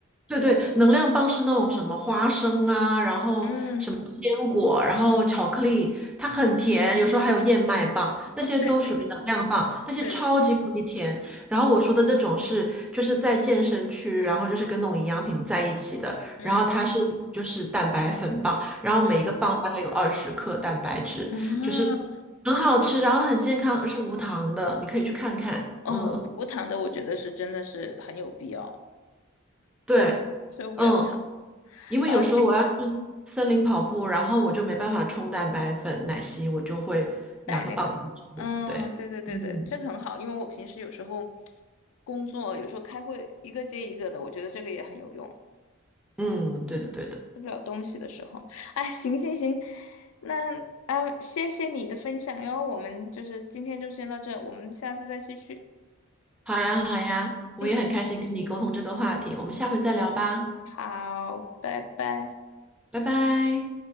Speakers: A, in the centre; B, on the left.
A: 对对，能量棒是那种什么花生啊，然后什么坚果，
B: 嗯，
A: 然后巧克力，它很甜，有时候还有燕麦棒，
B: <laughs>
A: 那些都属于能量棒，
B: 对对对
A: 那些超级无敌甜。
B: 对对对，
A: 然后我说的这种是就是在健身区，然后就是跟那种营养品在一起的，
B: 嗯
A: 然后它是就是蛋白粉棒，然后每一个棒大概有二十克蛋白质，
B: 嗯啊，
A: 就是很好吃，然后很健康，是无糖的，你可以去看看。
B: 哦，
A: 嗯，
B: 我无糖的我觉得是真的是很有必要，
A: 对。
B: 受不了糖
A: 嗯。因为有时候我要去
B: 啊，行，
A: 森林跑步，然后我就没办法冲蛋白粉、奶昔，我就会拿个棒子吃。
B: 带那个，嗯，
A: 对，
B: 对对对对，
A: 嗯，
B: 这个很好，因为我平时有时候工作有时候开会一个接一个的，我觉得这个也很有用。
A: 嗯，对的，对的。
B: 吃不了东西的时候。哎，行行行，那啊，谢谢你的分享哟。我们就是今天就先到这，我们下次再继续。
A: 好呀，好呀，我也很开心跟你沟通这个话题，
B: 嗯，
A: 我们下回再聊吧，
B: 好，拜拜。
A: 拜拜。